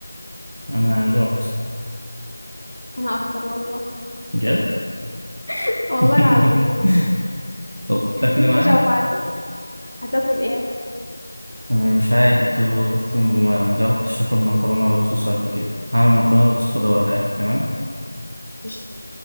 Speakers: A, on the right (about 50°); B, on the left (about 45°).
A: انا جورت
B: أنا أكتر والله
A: بجد
B: <laughs> والله
A: <laughs>
B: العظيم
A: طب تاكل
B: أنت
A: معايا
B: جوعتني هتاكل إيه؟
A: أنا مش عارف انت قلت ما ما جربتش اكل مكرونه بالصوص قبل كده هعمل مكرونه بالصوص وادوقها لك تمام
B: قشطة